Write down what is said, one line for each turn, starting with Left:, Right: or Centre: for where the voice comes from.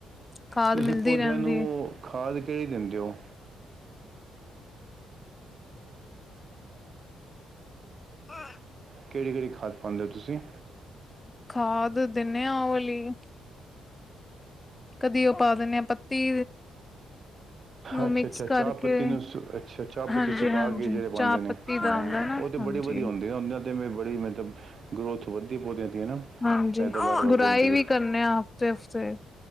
Left: ਖਾਦ
Right: ਤੁਸੀਂ
Left: ਮਿਲਦੀ
Right: ਪੌਦਿਆਂ
Left: ਰਹਿੰਦੀ
Right: ਨੂੰ ਉਹ ਖਾਦ ਕਿਹੜੀ ਦਿੰਦੇ ਹੋ?
Left: <unintelligible>
Right: ਕਿਹੜੀ ਕਿਹੜੀ ਖਾਦ ਪਾਉਂਦੇ ਹੋ ਤੁਸੀਂ?
Left: ਖਾਦ ਦਿੰਦੇ ਆ ਉਹ ਵਾਲੀ ਕਦੀ ਉਹ ਪਾ ਦਿੰਦੇ ਆੰ ਪੱਤੀ ਨੂੰ
Right: ਅੱਛਾ-ਅੱਛਾ
Left: ਮਿਕਸ
Right: ਚਾਹ
Left: ਕਰਕੇ
Right: ਪੱਤੀ ਨੂੰ ਸੁ ਅੱਛਾ ਚਾਹ
Left: ਹਾਂਜੀ
Right: ਪੱਤੀ ਸੁਕਾ
Left: ਹਾਂਜੀ
Right: ਕੇ ਜਿਹੜੇ
Left: ਚਾਹ
Right: ਪਾਂਦੇ ਨੇ।
Left: ਪੱਤੀ
Right: ਹਾਂ
Left: ਦਾ ਆਉਂਦਾ ਨਾ
Right: ਉਹ ਤਾਂ
Left: ਹਾਂਜੀ
Right: ਬੜੀ ਵਧੀਆ ਹੁੰਦੀ ਆ। ਉਹਨਾਂ ਤੇ ਮੈਂ ਬੜੀ ਮਤਲਬ ਗਰੋਥ ਵੱਧਦੀ ਪੌਦਿਆਂ ਦੀ ਹੈ ਨਾ।
Left: ਹਾਂਜੀ।
Right: ਪੈਦਾਵਾਰ ਵੱਧ
Left: ਗੁੜਾਈ
Right: ਜਾਂਦੀ
Left: ਵੀ
Right: ਹੈ
Left: ਕਰਨੇ ਆ ਹਫ਼ਤੇ ਹਫ਼ਤੇ।